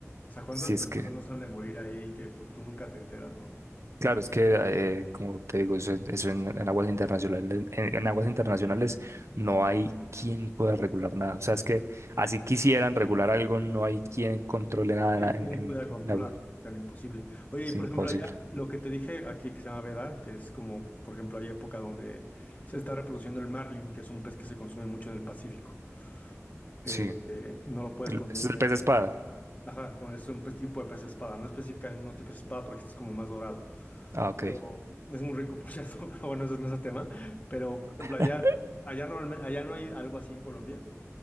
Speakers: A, on the left; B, on the right.
A: sea, ¿cuántas
B: Si es
A: personas
B: que,
A: no se han de morir ahí que pues tú nunca te enteras, ¿no?
B: claro, es que, eh, como te digo, eso, eso en, en aguas internacionales, en, en aguas internacionales no hay quien pueda regular nada. O sea, es que así quisieran regular algo, no hay quien controle nada
A: Sí,
B: en,
A: ¿quién
B: en, en-
A: lo pudiera controlar?
B: en aguas.
A: Es Tan imposible. Oye,
B: Es
A: y por
B: imposible.
A: ejemplo allá, lo que te dije aquí que se llama veda, que es como, por ejemplo, hay época donde se está reproduciendo el marlin, que es un pez que se consume mucho en el Pacífico, que
B: Sí.
A: eh, no lo puedes
B: El-
A: consumir
B: ese ¿Es
A: en
B: el pez espada?
A: Ajá, bueno, es un pues, tipo de pez espada, no especifica el mismo tipo de espada porque este es como más dorado,
B: Ah, ok.
A: pero es muy rico, por cierto, <laughs> pero bueno, eso no es el tema, pero por ejemplo, allá,
B: <laughs>
A: allá, normalme- allá no hay algo así en Colombia,